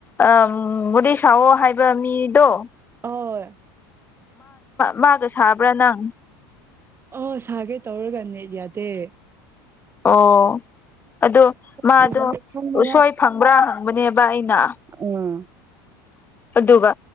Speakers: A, on the left; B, on the right.
A: ꯎ ꯕꯣꯔꯤ ꯁꯥꯑꯣ ꯍꯥꯏꯕ ꯃꯤꯗꯣ
B: ꯍ‌ꯣꯏ
A: ꯃꯥꯒ ꯁꯥꯕ꯭ꯔꯥ ꯅꯪ
B: ꯑ‌ꯣ ꯁꯥꯒꯦ ꯇꯧꯔꯒ ꯅ‌ꯦꯠ ꯌꯥꯗꯦ
A: ꯑꯣ ꯑꯗꯣ ꯃꯥꯗꯣꯁꯣꯏ
B: ꯀꯔꯤ ꯈꯪꯕ꯭ꯔ
A: ꯐꯪꯕ꯭ꯔꯥ ꯍꯪꯕꯅꯦꯕ ꯑꯩꯅ
B: ꯎꯝ
A: ꯑꯗꯨꯒ